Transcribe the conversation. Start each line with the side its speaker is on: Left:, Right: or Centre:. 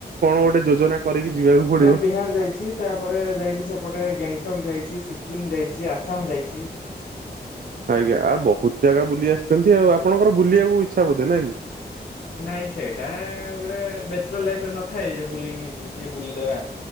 Right: କଣ ଗୋଟେ ଯୋଜନା କରିକି ଯିବାକୁ ପଡିବ।
Left: ନାଇଁ ବିହାର ଯାଇଚି ତାପରେ ଯାଇଚି ସେପଟେ ଗ୍ୟାଙ୍ଗଟକ୍ ଯାଇଚି ସିକିମ୍ ଯାଇଚି ଆସାମ ଯାଇଚି।
Right: ଆଜ୍ଞା। ଆ ବହୁତ ଜାଗା ବୁଲି ଆସିଛନ୍ତି ଆଉ। ଆପଣଙ୍କର ବୁଲିବାକୁ ଇଚ୍ଛା ବୋଧେ ନାଇଁ କି?
Left: ନାଇଁ ସେଇଟା ଗୋଟେ ବ୍ୟାଚଲର ଲାଇଫ୍ ରେ ନଥାଏ ଯେ ବୁଲିକି ଟିକେ ବୁଲିଦେବା।